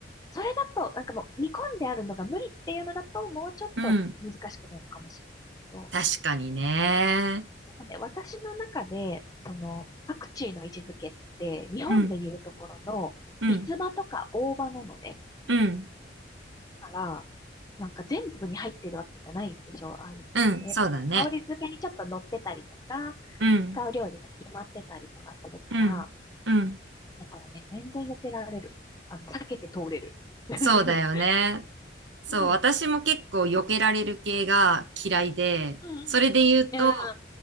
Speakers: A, on the left (about 20°); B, on the right (about 85°).
A: それだと、なんかもう煮込んであるのが無理っていうのだと、もうちょっと難しくなるかもしれ
B: うん。
A: ないけど、
B: 確かにね。
A: でもね、私の中で、その、パクチーの位置づけって、日本でいうところの、
B: うん、うん、
A: 三つ葉とか大葉なのね。
B: うん、
A: だから、なんか全部に入ってるわけじゃないでしょ、ああいうのって。
B: うん、そうだね。
A: 香り付けにちょっと乗ってたりとか、
B: うん、
A: 使う料理が決まってたりとかするから、
B: うん、うん。
A: だからね、全然避けられる。あの、避けて通れる。<laughs>
B: そうだよね。そう、
A: うん。
B: 私も結構避けられる系が嫌いで、
A: うん。
B: それで言うと、
A: うん。うん。